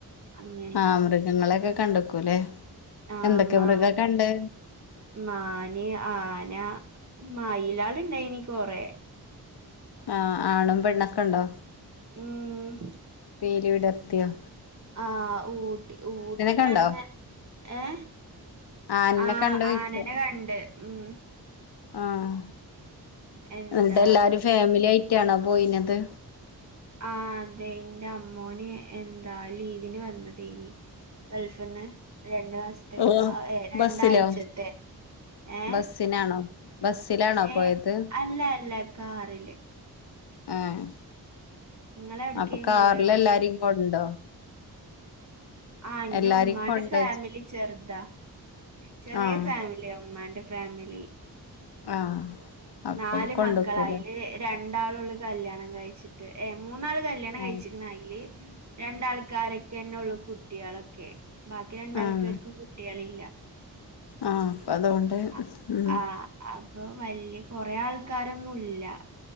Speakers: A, on the right; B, on the left.
A: അങ്ങ
B: ആഹ് മൃഗങ്ങളെക്കെ കണ്ടക്കൂല്ലേ
A: ആഹ്
B: എന്തൊക്കെ
A: മാൻ
B: മൃഗാ കണ്ടേ
A: മാന് ആന മയിലാളിണ്ടേനി കൊറേ
B: ആഹ് ആണും പെണ്ണൊക്കെ ണ്ടോ
A: ഉം
B: പീലിവിടർത്തിയോ
A: ആ ഊട്ടി ഊട്ടിലങ്ങ
B: കണ്ടോ
A: ഏ
B: ആനിനെ
A: ആഹ്
B: കണ്ടോയ്ച്ച
A: ആനനെ കണ്ട് ഉം
B: ആഹ്
A: എന്താ
B: ന്നിട്ട് എല്ലാരും ഫാമിലി ആയിട്ടാണോ പോയിനത്
A: ആഹ് അതെ ഇന്റെ അമ്മോന് എന്താ ലീവിന് വന്ന തേനി ഗൾഫിന്ന് രണ്ടു മാസത്തെ
B: ഓഹ്
A: ഏഹ് രണ്ടാഴ്ചത്തെ
B: ബസ്സിലോ
A: ഏ
B: ബസ്സിനാണോ ബസ്സിലാണോ പോയത്
A: ഏ അല്ല അല്ല കാറില്
B: ഏഹ്
A: നിങ്ങളെവിടേക്കേലും
B: അപ്പൊ കാറിലരിലം
A: പോയോ
B: കൊണ്ടോ
A: ആഹ് ന്റെ
B: എല്ലാരിം
A: ഉമ്മാന്റെ
B: കൊണ്ടോയ്ച്ച
A: ഫാമിലി ചെറ്താ ചെറിയ
B: ആഹ്
A: ഫാമിലി ന്റെ ഉമ്മാന്റെ ഫാമിലി
B: ആഹ് അപ്പൊ
A: നാല്
B: കൊണ്ടോക്കൂലേ
A: മക്കള അയില് രണ്ടാളൊള്ളൂ കല്യാണം കയിച്ചിട്ട് ഏ മൂന്നാള് കല്ല്യാണം കയിച്ച്ണ്
B: ആഹ്
A: അയില് രണ്ടാൾക്കാരിക്കെന്നൊള്ളു കുട്ട്യാളൊക്കെ ബാക്കി രണ്ടാൾക്കാർക്ക്
B: ആഹ്
A: കുട്ട്യാളില്ല
B: ആഹ് അപ്പതോണ്ട്
A: അ
B: ഉം
A: ആഹ് അപ്പൊ വല്യ കൊറേ ആൾക്കാരൊന്നും ഇല്ല